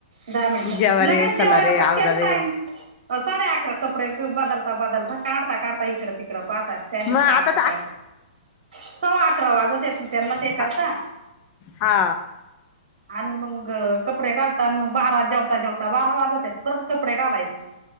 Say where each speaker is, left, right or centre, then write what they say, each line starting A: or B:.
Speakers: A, on the right (about 70°); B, on the left (about 30°).
A: दहा मिनटं
B: जेवा
A: लगेच
B: रे
A: जेवायला
B: चला रे
A: पटकेन
B: आवरा रे
A: टाईम अ- साडे अकरा कपडे बदलता बदलता काढता काढता इकडं तिकडं पाहता. सॅंडल
B: मग आता
A: काढता काढता सव्वा अकरा वाजत्यात त्यांना ते
B: हा
A: करता.
B: हा
A: आण मग कपडे घालतान आणि मग बारा जेवता जेवता बारा वाजत्यात परत कपडे घालायचे. <inaudible>